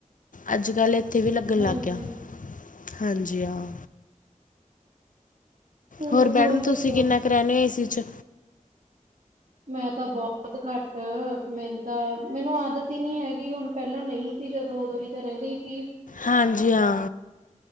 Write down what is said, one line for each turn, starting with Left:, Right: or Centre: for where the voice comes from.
Left: ਅੱਜ ਕੱਲ੍ਹ ਉੱਥੇ ਵੀ ਲੱਗਣ
Right: ਹਾਂਜੀ
Left: ਲੱਗ ਗਿਆ ਹਾਂਜੀ ਹਾਂ
Right: ਹੂੰ
Left: ਹੋਰ ਮੈਡਮ ਤੁਸੀਂ
Right: ਦੱਸੋ
Left: ਕਿੰਨਾ ਕੁ ਰਹਿਣੇ ਹੋ ਇਸਏ ਚ
Right: ਮੈਂ ਤਾਂ ਬਹੁਤ ਘੱਟ ਮੈਨੂੰ ਤਾਂ ਮੈਨੂੰ ਆਦਤ ਹੀ ਨੀ ਹੈਗੀ ਹੁਣ ਪਹਿਲਾਂ ਨਹੀਂ ਸੀ ਜਦੋਂ ਉਦੋਂ ਵੀ ਤਾਂ ਰਹਿੰਦੇ ਹੀ ਸੀ
Left: ਹਾਂਜੀ ਹਾਂ